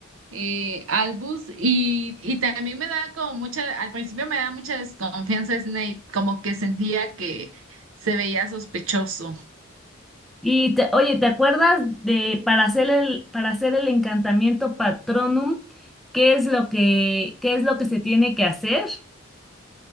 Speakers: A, on the right; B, in the centre.
A: eh, Albus y, y también me da como mucha, al principio me da mucha desconfianza Snape, como que sentía que se veía sospechoso.
B: Y te- oye, ¿te acuerdas de para hacer el para hacer el encantamiento Patronum, qué es lo que qué es lo que se tiene que hacer?